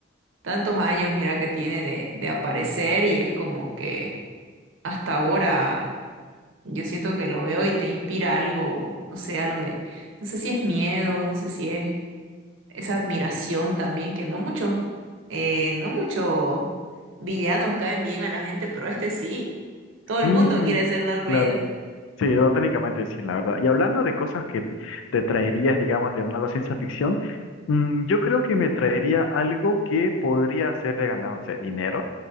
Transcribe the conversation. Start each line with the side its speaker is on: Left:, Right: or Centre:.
Right: tantos años, mira, que tiene de, de aparecer y es como que hasta ahora yo siento que lo veo y te inspira algo, no sé, algo de, no sé si es miedo, no sé si es esa admiración también, que no muchos, eh, no muchos villanos caen bien a la gente, pero este sí. Todo
Left: Mm,
Right: el mundo quiere ser Darth
Left: claro.
Right: Vader.
Left: Sí, bueno, técnicamente sí, la verdad. Y hablando de cosas que te traerías, digamos, de una ciencia ficción, mm, yo creo que me traería algo que podría hacerle ganar, no sé, dinero,